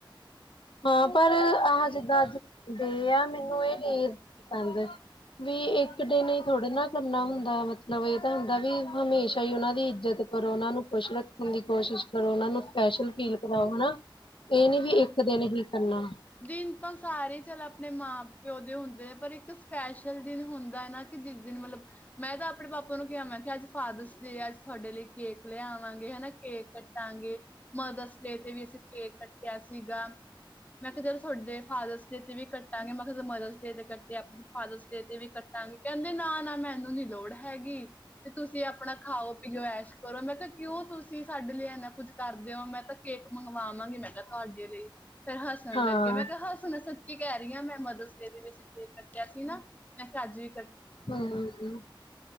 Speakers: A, on the left (about 75°); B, on the left (about 15°).
A: ਹਾਂ ਪਰ ਆਹ ਜਿੱਦਾਂ ਅੱਜ ਡੇ ਆ ਮੈਨੂੰ ਏ ਚੀਜ ਪਸੰਦ। ਵੀ ਏਕ ਦਿਨ ਈ ਥੋੜੇ ਨਾ ਕਰਨਾ ਹੁੰਦਾ ਮਤਲਬ ਏ ਤਾਂ ਹੁੰਦਾ ਵੀ ਹਮੇਸ਼ਾ ਈ ਓਨਾ ਦੀ ਇੱਜਤ ਕਰੋ ਓਨਾਂ ਨੂੰ ਖੁਸ਼ ਰੱਖਣ ਦੀ ਕੋਸ਼ਿਸ਼ ਕਰੋ। ਔਨਾਂ ਨੂੰ ਸਪੈਸ਼ਲ ਫੀਲ ਕਰਾਓ ਹਨਾ। ਏ ਨੀ ਵੀ ਇਕ ਦਿਨ ਹੀ ਕਰਨਾ।
B: ਦਿਨ ਤਾਂ ਸਾਰੇ ਈ ਚਲ ਅਪਣੇ ਮਾਂ ਪਿਓ ਦੇ ਹੁੰਦੇ ਨੇ ਪਰ ਇੱਕ ਸਪੈਸ਼ਲ ਦਿਨ ਹੁੰਦਾ ਐ ਨਾ। ਕਿ ਜਿਸ ਦਿਨ ਮਲਬ ਮੈਂ ਤਾਂ ਅਪਣੇ ਪਾਪਾ ਨੂੰ ਕੇਆ ਮੈਂ ਕੇਆ ਕਿ ਅੱਜ ਫਾਦਰਸ ਡੇ ਐ। ਅੱਜ ਥੋਡੇ ਲਈ ਕੇਕ ਲਿਆਵਾਂਗੇ ਹਨਾ ਕੇਕ ਕੱ ਕਟਾਂਗੇ। ਮਦਰਸ ਡੇ ਤੇ ਵੀ ਅਸੀ ਕੇਕ ਕੱ ਕਟੇਆ ਸੀਗਾ। ਮੈਂ ਕੇਆ ਤੁਹਾਡੇ ਫਾਦਰਸ ਡੇ ਤੇ ਵੀ ਕੱਟਾਂਗੇ ਮੈਂ ਕੈ ਮਦਰਸ ਡੇ ਤੇ ਕੱਟ ਤੇ ਅਪਣੇ ਫਾਦਰਸ ਡੇ ਤੇ ਵੀ ਕੱਟਾਂਗੇ। ਕੈਂਦੇ ਨਾ ਨਾ ਮੈਨੂੰ ਨੀ ਲੋੜ ਹੈਗੀ। ਤੇ ਤੁਸੀ ਅਪਣਾ ਖਾਓ। ਐਸ਼ ਕਰੋ। ਮੈਂ ਕੇਆ ਕਿਓਂ ਤੁਸੀ ਸਾਡੇ ਲਈ ਐਨਾ ਕੁੱਝ ਕਰਦੇ ਔ ਮੈਂ ਤਾਂ ਕੇਕ ਮੰਗਵਾਵਾਂਗੀ। ਸਾਡੇ ਲਈ। ਫੇਰ ਹੱਸਣ
A: ਹਾਂ
B: ਲੱਗੇ। ਮੈਂ ਕੇਆ ਹੱਸਣ ਕੀ ਕੈ ਰੀ ਆਂ ਮੈਂ। ਮਦਰਸ ਡੇ ਤੇ ਵੀ ਅਸੀ ਕੇਕ ਕੱਟੇਆ ਸੀ ਨਾ। ਮੈਂ ਕੇਆ ਅੱਜ ਵੀ ਕ
A: ਹਾਂ ਜੀ।